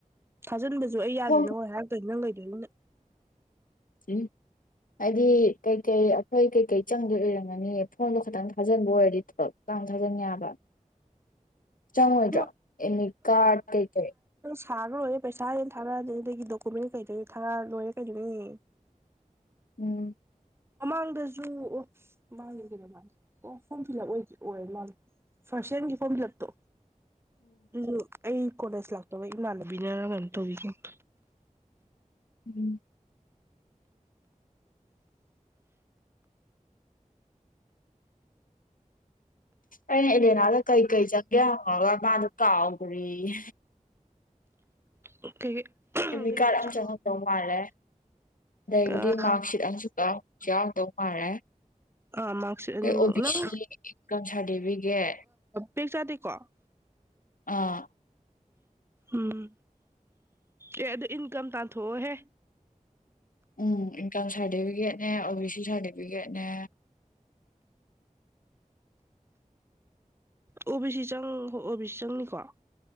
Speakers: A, on the right (about 15°); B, on the left (about 80°).
A: ꯊꯖꯟꯕ ꯑꯗꯨꯨ ꯑꯩ ꯌꯥꯗꯔꯗꯤ
B: ꯐꯣꯝ
A: ꯅꯥꯉꯣꯜ ꯍꯥꯏꯔꯛꯇꯅꯤ ꯅꯪꯒꯩ <unintelligible>
B: ꯎꯝ ꯍꯥꯏꯗꯤ ꯀꯩꯀꯩ ꯑꯩꯈꯣꯏ ꯀꯩꯀꯩ ꯆꯪꯗꯣꯏ ꯑꯣꯏꯔꯝꯒꯅꯤ ꯐꯣꯟꯗꯣ ꯈꯇꯪ ꯊꯥꯖꯤꯟꯕ ꯑꯣꯏꯔꯗꯤ ꯊꯕꯞ ꯆꯥꯡ ꯊꯥꯖꯟꯦꯕ ꯆꯪꯃꯣꯏꯗ꯭ꯔꯥ
A: ꯑꯗꯣ
B: ꯑꯦꯅꯤ ꯀꯥꯔꯠ ꯀꯩꯀꯩ
A: ꯊꯥꯔ ꯂꯣꯏꯔꯦ ꯄꯩꯁꯥ ꯍꯦꯟꯅ ꯊꯥꯔꯛꯑꯗꯤ ꯑꯗꯨꯗꯒꯤ ꯗꯣꯀꯨꯃꯦꯟ ꯀꯩꯗꯣꯏꯅꯤ ꯊꯥꯔꯛ ꯂꯣꯏꯔꯦ ꯀꯩꯗꯣꯏꯅꯤ
B: ꯎꯝ
A: ꯃꯃꯥꯡꯗꯁꯨ ꯑꯣ ꯃꯃꯥꯡꯗ ꯀꯩꯅꯣ ꯃꯥꯜꯂꯦ ꯑꯣ ꯐꯣꯔꯝ ꯐꯤꯜꯂꯞ ꯑꯣꯏꯈꯤ ꯑꯣꯏꯔ ꯃꯥꯜꯂꯦ ꯐꯥꯔꯁ ꯁꯦꯝꯒꯤ ꯐꯣꯔꯝ ꯐꯤꯜꯂꯞꯇꯣ ꯎꯝ ꯑꯩ ꯀꯣꯂꯦꯖ ꯂꯥꯛꯇꯕꯩ ꯏꯃꯥꯟꯂꯕꯤꯅꯦꯔ ꯀꯩꯅꯣꯝ ꯇꯧꯕꯤꯈꯤꯝꯅꯤ
B: ꯎꯝ ꯑꯩꯅ ꯑꯦꯂꯦꯅꯥꯗ ꯀꯩꯀꯩ ꯆꯪꯒꯦ ꯍꯪꯉꯒ ꯃꯥꯗꯣ ꯀꯥꯎꯈ꯭ꯔꯦꯋꯦ
A: <unintelligible>
B: ꯑꯦꯗꯃꯤꯠ
A: ꯀꯩꯀꯩ
B: ꯀꯥꯔꯗ
A: ꯑꯩꯁꯨ
B: ꯑꯃ ꯆꯪꯉꯇꯧ ꯃꯥꯜꯂꯦ ꯑꯗꯒꯤꯗꯤ
A: ꯀꯥꯎ
B: ꯃꯥꯔꯛꯁꯤꯠ ꯑꯃꯁꯨ ꯌꯥꯎꯗꯧ ꯃꯥꯜꯂꯦ
A: ꯑꯥ ꯃꯥꯔꯛꯁꯤꯠ
B: ꯑꯗꯩ
A: ꯑꯅꯤꯃꯛ
B: ꯑꯣ ꯕꯤ
A: ꯅꯪ
B: ꯁꯤ ꯏꯟꯀꯝ ꯁꯥꯔꯇꯤꯐꯤꯀꯦꯠ
A: ꯄꯦꯛ ꯆꯗꯦꯀꯣ
B: ꯑꯥ
A: ꯎꯝ ꯑꯦ ꯑꯗꯨ ꯏꯟꯀꯝ ꯇꯥꯟꯊꯣꯛꯑꯣꯍꯦ
B: ꯎꯝ ꯏꯟꯀꯝꯁ ꯁꯥꯔꯇꯤꯕꯤꯒꯦꯅꯦ ꯑꯣꯕꯤ ꯁꯤ ꯁꯥꯔꯇꯤ ꯒꯅꯦ
A: ꯑꯣ ꯕꯤ ꯁꯤ ꯆꯪ ꯍꯣꯏ ꯑꯣ ꯕꯤ ꯁꯤ ꯆꯪꯅꯤꯀꯣ